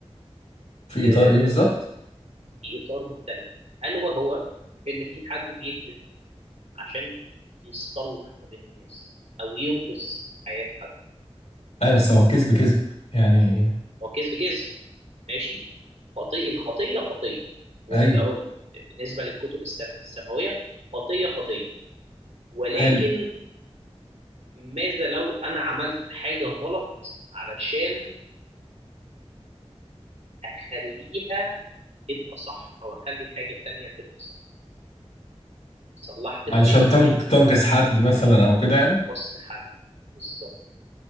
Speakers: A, on the left (about 80°); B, on the right (about 85°).
A: في
B: آه،
A: اطار ايه بالظبط
B: في اطار مختلف الا وهو ان في حد بيكذب عشان يصلح ما بين الناس او ينقذ حياة حد
A: ايوه بس هو كذب
B: ماذا
A: كذب
B: لو
A: يعني
B: هو كذب كذب ماشي خطيئة الخطية خطية وانت
A: ايوه
B: قلت بالنسبة للكتب السم- السماوية خطية خطية ولكن
A: حلو
B: ماذا لو انا عملت حاجة غلط علشان اخليها تبقى صح او اخلي حاجة تانية تبقى صح صلحت ما
A: علشان
B: بين اتنين
A: تنك تنكس حد مثلا او كده يعني
B: انقصت حد بالظبط